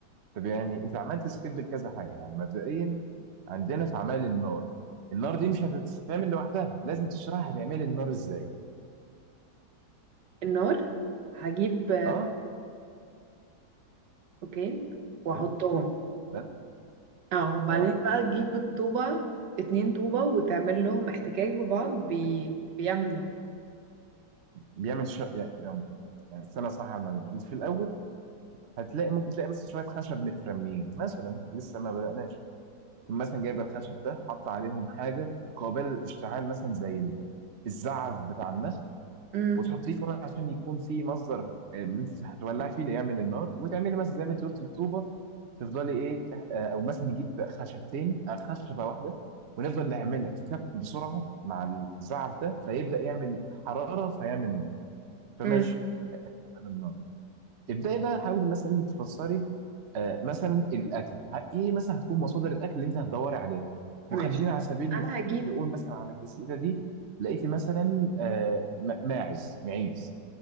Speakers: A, on the right; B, on the right.
A: طب يعني انت عملت سكيب لكذا حاجة يعني مبدئيا عندنا في عمل النار النار دي مش هتتعمل لوحدها لازم تشرح هتعمل النار ازاي
B: النار هجيب
A: اه
B: اوكي واحطهم
A: مم. تمام
B: اه وبعدين
A: اه
B: بقى تجيب الطوبة اتنين طوبة وتعمل لهم احتكاك ببعض بي... بيعمل نار
A: بيعمل ش... يعني يعني يعني استنى صح على المعلومة انت في الاول هتلاقي ممكن تلاقي مثلا شويه خشب مترميين مثلا لسه ما بدأناش ثم مثلا جايب الخشب ده حط عليهم حاجه قابله للاشتعال مثلا زي ال- الزعف بتاع النخل
B: امم
A: وتحطيه في ورق عشان يكون في مصدر اللي انت هتولعي فيه اللي يعمل النار وتعملي مثلا زي ما انت قلت بطوبه تفضلي ايه تح... آه، او مثلا نجيب خشبتين آه، خشبه واحده ونفضل نعمل احتكاك بسرعه مع الزعف ده فيبدا يعمل حراره فيعمل نار فماشي
B: امم
A: عمل النار تبداي بقى حاولي مثلا تفسري آه، مثلا الاكل ه- ايه مثلا هتكون مصادر الاكل اللي انت هتدوري عليها
B: ماشي
A: وخلينا على سبيل المثال
B: انا هجيب
A: نقول مثلا على الجزيره دي لقيتي مثلا آه، م- ماعز معيز